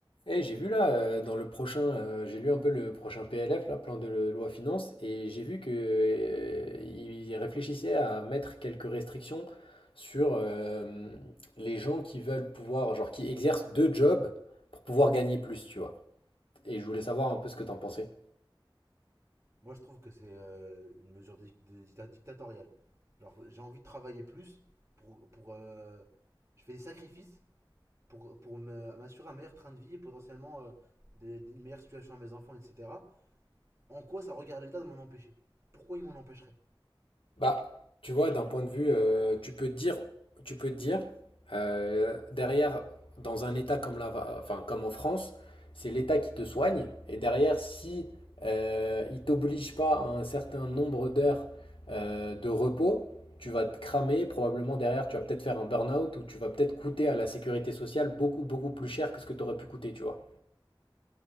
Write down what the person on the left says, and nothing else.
Eh, j'ai vu là, euh, dans le prochain, euh, j'ai lu un peu le prochain PLF, là, plan de loi finances, et j'ai vu que, euh, il réfléchissait à mettre quelques restrictions sur euh, les gens qui veulent pouvoir, genre, qui exercent deux jobs pour pouvoir gagner plus, tu vois. Et je voulais savoir un peu ce que t'en pensais.
Bah, tu vois, d'un point de vue, euh, tu peux te dire, tu peux te dire, euh, derrière, dans un État comme la, enfin, comme en France, c'est l'État qui te soigne, et derrière, si euh, il t'oblige pas à un certain nombre d'heures euh, de repos, tu vas te cramer, probablement derrière, tu vas peut-être faire un burn-out, ou tu vas peut-être coûter à la sécurité sociale beaucoup, beaucoup plus cher que ce que tu aurais pu coûter, tu vois.